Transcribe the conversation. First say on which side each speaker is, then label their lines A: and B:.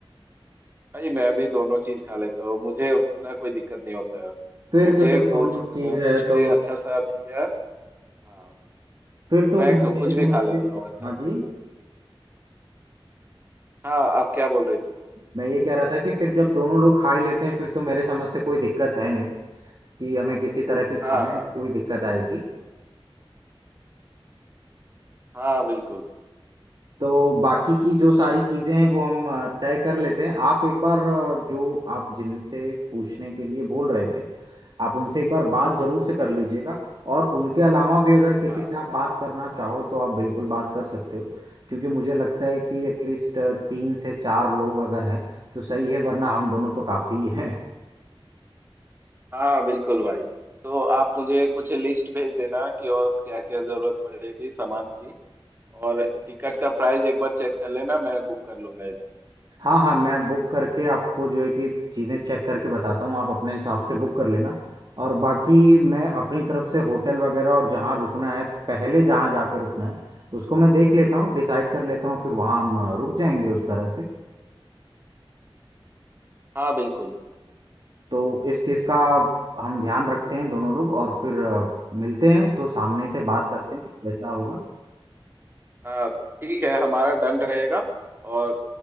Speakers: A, on the right; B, on the right.
A: भाई मैं भी दोनों चीज खा लेता हूँ मुझे उतना कोई दिक्कत नहीं होता है
B: फिर
A: मुझे
B: तो जब
A: कुछ
B: दोनों
A: अ,
B: चीज़ है
A: कुछ भी
B: तो
A: अच्छा सा मिल गया हाँ
B: फिर
A: तो
B: तो
A: मैं
B: मेरे
A: ख- कुछ भी
B: समझ
A: खा लेता
B: से
A: हूँ अच्छा
B: हाँ
A: सा
B: जी
A: हाँ आप क्या बोल रही थी
B: मैं ये कह रहा था कि फिर जब दोनों लोग खा ही लेते हैं फिर तो मेरे समझ से कोई दिक्कत है नहीं कि हमें किसी तरह की
A: हाँ
B: खाने
A: हाँ
B: में कोई दिक्कत आएगी
A: हाँ बिल्कुल
B: तो बाकी की जो सारी चीजें हैं वो हम अ, तय कर लेते हैं आप एक बार अ, जो आप जिनसे पूछने के लिए बोल रहे थे आप उनसे एक बार बात जरूर से कर लीजिएगा और उनके अलावा भी अगर किसी
A: हाँ
B: से आप
A: हाँ
B: बात करना चाहो तो आप बिल्कुल बात कर सकते हो क्योंकि मुझे लगता है कि एटलीस्ट तीन से चार लोग अगर हैं तो सही है वरना हम दोनों तो काफी ही हैं
A: हाँ बिल्कुल भाई तो आप मुझे कुछ लिस्ट भेज देना कि और क्या क्या जरूरत पड़ेगी सामान की और टिकट का प्राइस एक बार चेक कर लेना मैं बुक कर लूंगा इधर से
B: हाँ हाँ मैं बुक करके आपको जो है कि चीज़ें चेक करके बताता हूँ आप अपने हिसाब से बुक कर लेना और बाकी मैं अपनी
A: हाँ
B: तरफ से होटल वगैरह और जहाँ रुकना है पहले जहाँ जाके रुकना है उसको मैं देख लेता हूँ डिसाइड कर लेता
A: हाँ
B: हूँ फिर वहाँ हम अ, रुक जाएंगे उस तरह से
A: हाँ बिल्कुल
B: तो इस चीज़ का हम ध्यान रखते हैं दोनों लोग और फिर अ, मिलते हैं तो सामने से बात करते हैं जैसा होगा
A: हाँ ठीक है हमारा डन रहेगा और